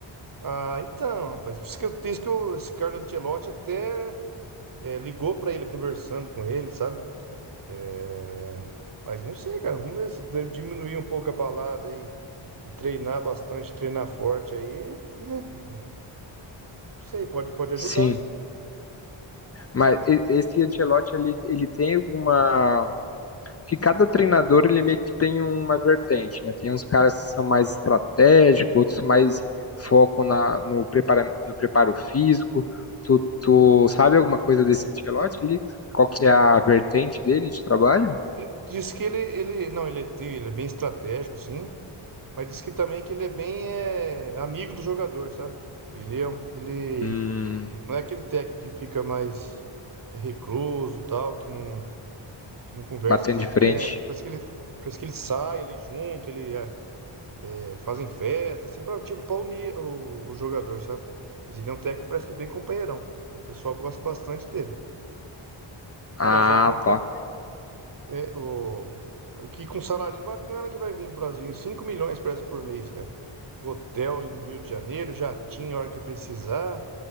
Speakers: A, on the right; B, on the left.
A: Ah, então, rapaz, por isso que eu disse que o- esse Carlo Ancelotti até eh, ligou pra ele conversando com ele, sabe? É, Mas não sei, cara. Vamos ver se di- diminuir um pouco a balada aí e treinar bastante, treinar forte aí, né? Não sei, pode, pode ajudar,
B: Sim.
A: sim.
B: Mas e- esse Ancelotti, ele, ele tem alguma... Que cada treinador, ele meio que tem uma vertente, né? Tem uns caras que são mais estratégicos, outros mais foco na, no, prepara, no preparo físico. Tu, tu sabe alguma coisa desse Ancelotti ali? Qual que é a vertente dele de trabalho?
A: Diz que ele, ele, não, ele, tem- ele é bem estratégico, sim. Mas diz que também que ele é bem é, amigo do jogador, sabe? Ele é um, ele,
B: Hum,
A: ele não é aquele técnico que fica mais recluso, tal, que não, que não conversa
B: batendo
A: com os atletas.
B: de frente.
A: Parece que ele, parece que ele sai ali junto, ele é, Fazem festa, assim, pra, tipo, pra unir o, o jogador, sabe? Mas ele é um técnico, parece que bem companheirão. O pessoal gosta bastante dele.
B: Ah,
A: Ah, mas agora pra,
B: tá.
A: é, o, que com um salarinho bacana que vai vir pro Brasil, em 5 milhões parece por mês, cara. Hotel em Rio de Janeiro, jatinho a hora que precisar.